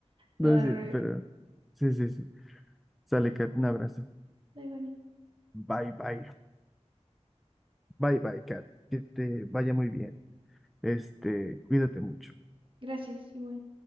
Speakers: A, in the centre; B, on the right (about 45°).
A: No
B: No, al
A: es cierto,
B: revés.
A: pero sí, sí, sí. Sale,
B: Sí.
A: Kat, un abrazo.
B: Bye, Juani.
A: Bye, bye. Bye, bye, Kat. Que te vaya muy bien. Este, cuídate mucho.
B: Gracias, igual.